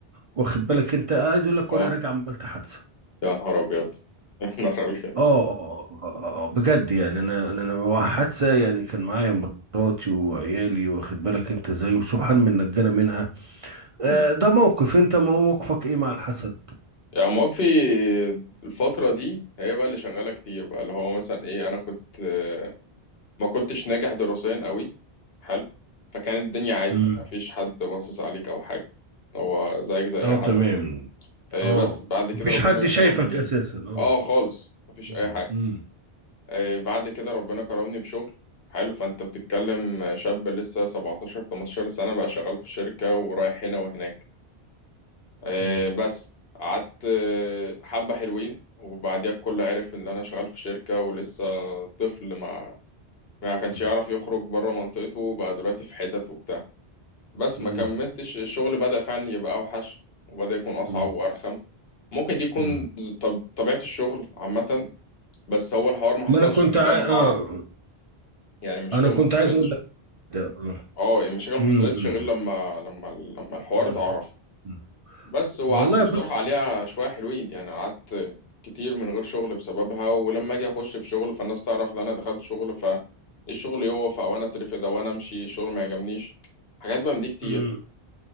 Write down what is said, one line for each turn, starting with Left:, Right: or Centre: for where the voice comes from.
Right: واخد بالك أنت عايز أقول لك
Left: اه
Right: وأنا راجع عملت حادثة
Left: يا نهار ابيض <laughs> يا نهار ابيض
Right: اه اه آه، آه، بجد يعني انا انا أنا حادثه يعني كان معايا مراتي وعيالي واخد بالك انت ازاي وسبحان من نجانا منها آه،
Left: مم.
Right: ده موقف انت موقفك ايه مع الحسد
Left: يعني مواقفي الفترة دي هي بقى اللي شغالة كتير بقى اللي هو مثلا ايه انا كنت آه، ما كنتش ناجح دراسيا قوي حلو فكانت الدنيا عادي
Right: امم
Left: مفيش حد باصص عليك او حاجة هو زيك زي
Right: اه
Left: اي حد
Right: تمام
Left: آه،
Right: اه
Left: بس بعد كده
Right: مفيش
Left: ربنا
Right: حد
Left: كرمني
Right: شايفك اساسا اه
Left: اه خالص مفيش
Right: مم.
Left: اي حاجه
Right: مم.
Left: آه، بعد كده ربنا كرمني بشغل حلو فانت بتتكلم شاب لسه 17 18 سنه بقى شغال في شركه ورايح هنا وهناك آه،
Right: مم.
Left: بس قعدت آه، حبه حلوين وبعديها الكل عرف ان انا شغال في شركه ولسه طفل ما ما كانش
Right: مم.
Left: يعرف يخرج بره منطقته بقى دلوقتي في حتت وبتاع بس
Right: مم.
Left: ما كملتش الشغل بدأ فعلا يبقى أوحش وبدأ يكون أصعب
Right: مم.
Left: وأرخم ممكن دي يكون
Right: مم.
Left: طب طبيعة الشغل عامة بس هو الحوار ما حصلش
Right: ما انا كنت
Left: غير
Right: عاي...
Left: لما اتعرف
Right: اه
Left: يعني المشاكل
Right: انا كنت
Left: ما حصلتش
Right: عايز اقول لك ده اه
Left: اه يعني المشاكل
Right: مم.
Left: ما حصلتش
Right: مم.
Left: غير لما لما لما الحوار
Right: مم.
Left: اتعرف
Right: مم.
Left: بس وقعدت
Right: والله
Left: بصراحة
Right: بص
Left: عليها شوية حلوين يعني قعدت كتير من غير شغل بسببها ولما اجي اخش في شغل فالناس تعرف ان انا دخلت شغل فالشغل يقف او انا اترفد او انا امشي الشغل ما يعجبنيش حاجات بقى من دي كتير
Right: مم.